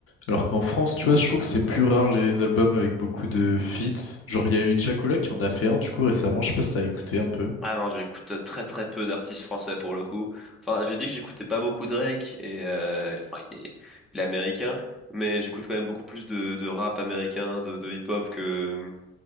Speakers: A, on the left; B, in the centre.
A: Alors qu'en France, tu vois, je trouve que c'est plus rare les albums avec beaucoup de feats. Genre, il y a eu Tiakola qui en a fait un, du coup, récemment, je sais pas si t'as écouté un peu.
B: Ah non, j'écoute très très peu d'artistes français pour le coup. Enfin, j'ai dit que
A: Mm.
B: j'écoutais pas beaucoup Drake et euh, enfin il est il est américain, mais j'écoute quand même beaucoup plus de, de rap américain, de, de hip-hop que